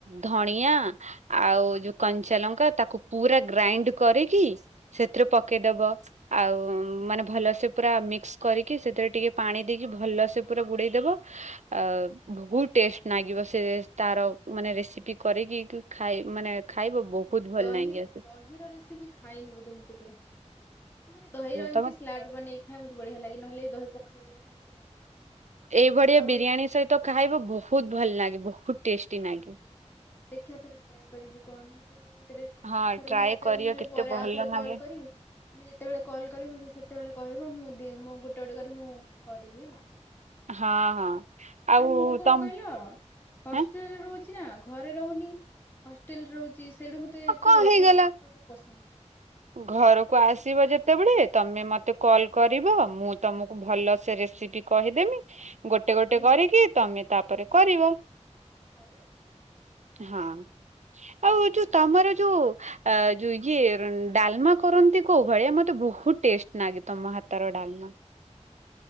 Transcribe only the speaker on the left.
ହୁଁ
ହଁ
ହୁଁ।
ନାଇଁ
ମୁଁ
ଦହି
ଦହି।
ଦହିର ରେସିପି ଖାଇନି ବୋଧେ ମୁଁ କେବେ ମୁଁ ଖାଲି ଦହିର ଏମିତି
ସ୍ଲାଡ ବନେଇକି। ଖାଇ ମତେ ବଢିଆ ଲାଗେ ନହେଲେ ଦହି ପଖାଳ କରିକି ଖାଏ ମତେ ଭଲ ଲାଗେ।
ଆଉ
ଦେଖିବା ଥରେ ଟ୍ରାଏ କରିବି କଣ ମତେ। ରେସିପି
ଆଉ ଥରେ
ମୁଁ ଯେତେବେଳେ
ନହେଲେ
ପରେ
ଆଉ ଥରେ
କଲ୍ କରିବି। ମାନେ ଯେତେବେଳେ କଲ୍ କରିିବି ମୁଁ ସେତେବେଳେ କହିବ ମୁଁ ଦି ମୁଁ ଗୋଟେ ଗୋଟେ କରି ମୁଁ କରିବି ହେଲା।
ଆରେ ମୁଁ କଣ
କହିଲ ହଷ୍ଟେଲରେ
ରହୁଛି ନା ଘରେ ରହୁନି ହସ ହଷ୍ଟେଲରେ ରହୁଛି ସେଇଠୁ ମୋତେ
ଏତେ
ରୋଷେଇ
କରିବାକୁ ପସନ୍ଦ ନୁହଁ।
ତାପରେ
ମୁଁ
ହଉ ଆଉ।